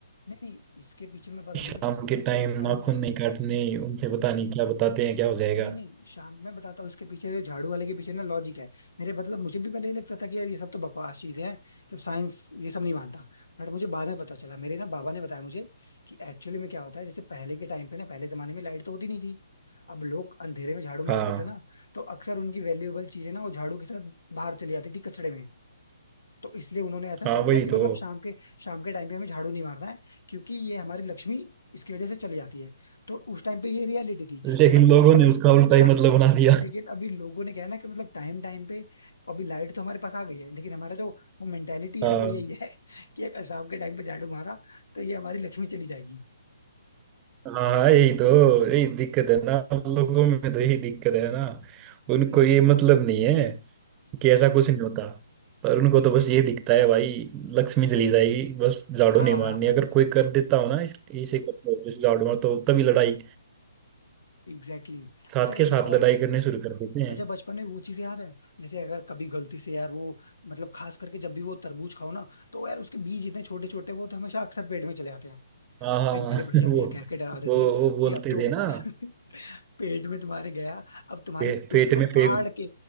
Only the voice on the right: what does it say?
शाम
के टाइम
नाखून
नहीं काटने उनसे पता नहीं क्या बताते हैं क्या हो जाएगा
हाँ
हाँ
वही
तो
लेकिन
लोगों
ने उसका उल्टा ही
मतलब बना दिया
हाँ
हाँ यही तो यही दिक्कत है ना हम लोगों में तो यही दिक्कत है ना उनको
ये
मतलब नहीं है कि ऐसा कुछ नहीं होता पर उनको तो बस ये दिखता है भाई लक्ष्मी चली जाएगी बस झाड़ू
नहीं मारनी
अगर कोई कर देता हो ना इस इसे कर दो, इस झाड़ू मार तो तभी लड़ाई
साथ
के साथ
लड़ाई
करने शुरू कर देते हैं
हाँ हाँ
<laughs> वो
वो
वो बोलते
थे ना
पे,
पेट
में पे